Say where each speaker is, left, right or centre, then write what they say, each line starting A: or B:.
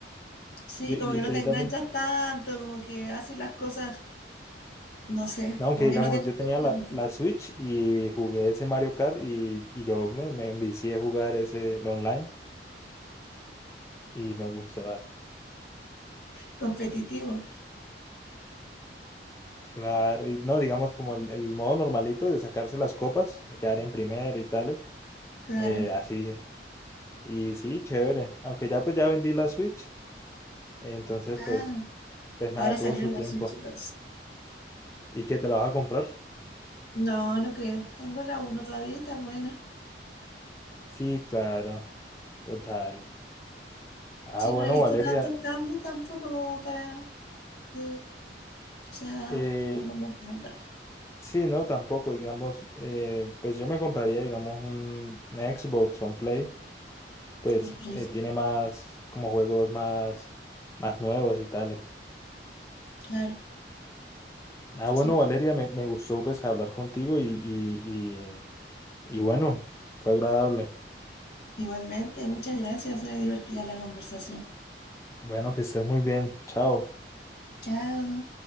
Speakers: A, on the left; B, on the left.
A: sí,
B: Yo,
A: como
B: yo-
A: que no
B: pues
A: te
B: yo
A: enganchas
B: también
A: tanto, como que haces las cosas, no sé,
B: No, aunque
A: como
B: digamos,
A: que no tienes
B: yo
A: que
B: tenía
A: ser
B: la,
A: mucho.
B: la Switch y jugué ese Mario Kart y, y yo me, me envicié a jugar ese el online y me gustó harto.
A: competitivo.
B: Claro, y no, digamos como el, el modo normalito de sacarse las copas, de quedar en primero y tales,
A: Claro.
B: eh, así. Y sí, chévere. Aunque ya pues ya vendí la Switch, entonces
A: Ah,
B: pues, pues nada,
A: ahora
B: tuvo
A: salió
B: su
A: la
B: tiempo.
A: Switch dos
B: ¿Y qué te la vas a comprar?
A: No, no creo. Tengo la uno todavía, y está buena.
B: Sí, claro, total. Ah,
A: Sí,
B: bueno,
A: no he visto
B: Valeria,
A: tantos cambios tampoco como para que sea
B: eh,
A: como para comprarla.
B: Sí, no, tampoco, digamos, eh, pues yo me compraría, digamos, un, una Xbox o un Play, pues
A: El precio.
B: eh, tiene más, como juegos más, más nuevos y tales.
A: Claro,
B: Ah, bueno,
A: sí.
B: Valeria, me, me gustó pues hablar contigo y, y, y, y bueno, fue agradable.
A: Igualmente, muchas gracias. Fue divertida la conversación.
B: Bueno, que estés muy bien, chao.
A: Chao.